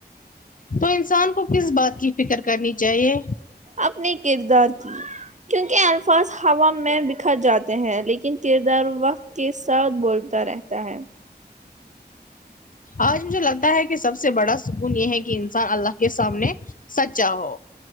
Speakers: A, on the left; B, on the right.
A: تو انسان کو کس بات کی فکر کرنی چاہیے
B: اپنے کردار کی کیونکہ الفاظ ہوا میں بکھر جاتے ہیں لیکن کردار وقت کے ساتھ بولتا رہتا ہے
A: آج مجھے لگتا ہے کہ سب سے بڑا سکون یہ ہے کہ انسان اللہ کے سامنے سچا ہو